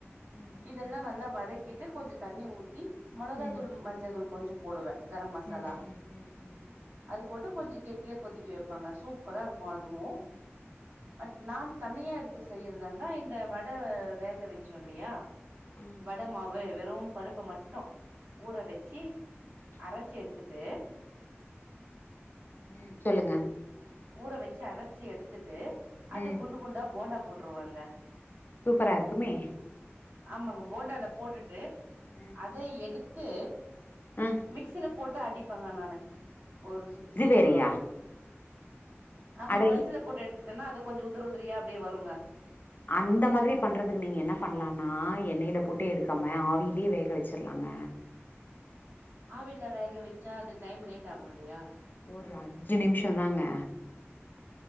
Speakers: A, on the left; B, on the right.
A: ம்
B: இதெல்லா
A: ம்
B: நல்லா வதக் கிட்டு கொஞ்சோ தண்ணி ஊத்தி மொளகாதூள்
A: ம்
B: மஞ்சதூள் கொஞ்சோ போடுவ கரம் மசாலா
A: ம் ம் ம் ம்
B: அது போட்டு கொஞ்சோ கெட்டிய கொதிக்க வைப்பாங்க சூப்பரா இருக்கு அதுவு
A: ம்
B: பட் நா தனியா எடுத்து செய்யறத்ருந்தா இந்த வடை வேக வச்சோ இல்லயா
A: ம்
B: வட மாவு வெறு பருப்பு மட் டு ஊற வெச்சி அரச்சு எடுத்துட்டு
A: ம் சொல்லுங்க
B: ஊற வெச்சு அரச்சு எடுத்துட்டு அத
A: ம்
B: குண்டு குண்டா போண்டா போட்ருவாங்க
A: சூப்பரா இருக்குமே
B: ஆமாங்க போண்டால போட்டுட்டு
A: ம்
B: அத எடுத்து
A: ஆ
B: மிக்சில போட்டு அடிப்பாங்க நானு ஒரு சுத்து
A: இது
B: சுத்த
A: வேறயா
B: விடுவாங்க ஆமா
A: அட
B: பல்சுல போட்டு எடுத்துட்டானா அது கொஞ்சோ உதிரி உதிரியா அப்டியே வருங்க
A: அந்த மாரி பண்ணுறதுக்கு நீங்க என்ன பண்ணலான்னா எண்ணெயில போட்டு எடுக்காம ஆவிலயே வேக வச்சிடலாங்க
B: ஆவில வேக வச்சா அது டைம் லேட் ஆகு இல்லயா
A: ஒரு அஞ்சு நிம்ஷோதாங்க